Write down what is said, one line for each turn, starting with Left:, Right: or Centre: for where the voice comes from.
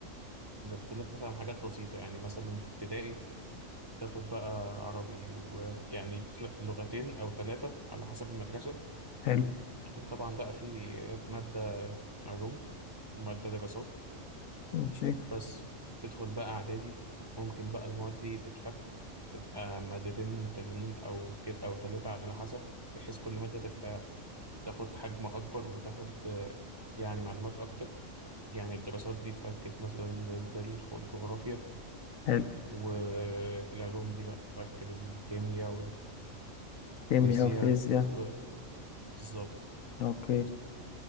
Right: باختلاف مثلا حاجات بسيطة يعني مثلا في ابتدائي تاخد بقى عربي ويعني تل- لغتين أو ثلاثة على حسب المدرسة
Left: حلو
Right: وطبعا بقى في مادة علوم ومادة دراسات
Left: ماشي
Right: بس تدخل بقى إعدادي ممكن بقى المواد دي تتفك تبقى مادتين تانيين أو كده أو تلاتة على حسب بحيث كل مادة تبقى تاخد حجم أكبر وتاخد آه، يعني معلومات أكتر يعني الدراسات دي اتفكت مثلا للتاريخ والجغرافيا
Left: حلو
Right: والعلوم دي بقى بتشكل الكيمياء
Left: كيمياء
Right: والفيزياء
Left: وفيزياء
Right: و- بالظبط
Left: اوكي